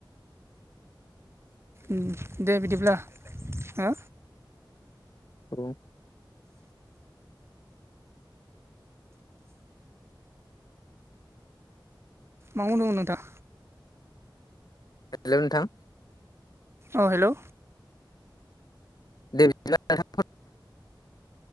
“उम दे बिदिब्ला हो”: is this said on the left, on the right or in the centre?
Right